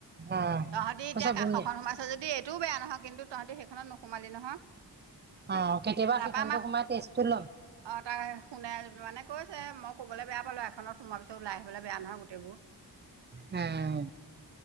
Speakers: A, on the right; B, on the right.
A: অ
B: তহঁতি
A: কৈছে
B: এতিয়া কাষখন
A: বুনিয়া
B: সোমাইছ যদি এইটোও বেয়া নহয় কিন্তু তহতি সেইখনত নোসোমালি নহয়।
A: অ কেতিয়াবা
B: তাৰপা
A: সেইখনতো
B: আমাৰ
A: সোমাই টেষ্টটো ল'ম
B: অ তাৰ শুনে মানে কৈছে মোক ক'বলৈ বেয়া পালো এখনত সোমোৱাৰ পিছতওলাই আহিবলৈ বেয়া নহ গোইবোৰ।
A: হম।